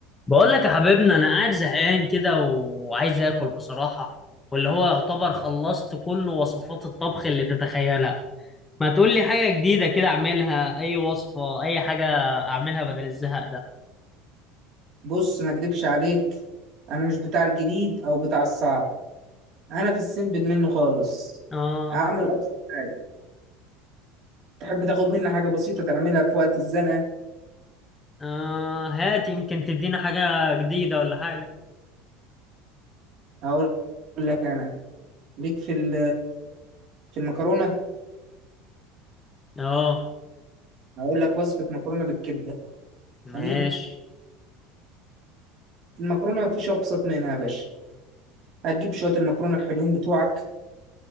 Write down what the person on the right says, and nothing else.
بص ما اكدبش عليك انا مش بتاع الجديد او بتاع الصعب انا في السيمبل منه خالص
اعمل ابسط حاجه تحب تاخد مني حاجه بسيطه تعملها في وقت الزنقه
اقول لك انا ليك في ال- في المكرونه
هقول لك وصفه مكرونه بالكبده
امين المكرونه مفيش ابسط منها يا باشا هتجيب شويه المكرونه الحلوين بتوعك